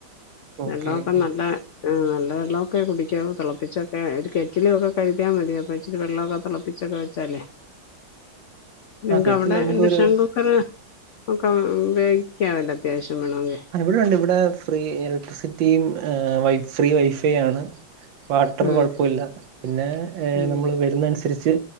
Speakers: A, on the right; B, on the left.
A: ഓക്കെ
B: വെള്ളോക്കെ
A: ഓക്കെ
B: നല്ല ആ നല്ല വെള്ളോക്കെ കുടിക്കാവൂ തിളപ്പിച്ചൊക്കെ ഒരു കെറ്റിൽ ഒക്കെ കരുതിയാമതി അപ്പ ഇച്ചിരി വെള്ളമക്കെ തിള പിച്ച് ഒക്കെ വെച്ചാലേ നിങ്ങക്ക്
A: ആ കെറ്റിൽ
B: അവടെ
A: നമുക്ക്
B: ഇൻഡക്ഷൻ
A: ഒരു
B: കുക്കറ് ഒക്കെ ഉപയോഗിക്കാവല്ലോ അത്യാവശ്യം വേണമെങ്കി
A: ഇവടെ ഉണ്ട് ഇവടെ ഫ്രീ ഇലക്ട്രിസിറ്റിയും ഫ്രീ വൈഫൈ ആണ്. വാട്ടർ
B: ഉം
A: കൊഴപ്പല്ല പിന്നെ ഏ
B: ഉം
A: നമ്മള് വരുന്ന അനുസരിച്ച്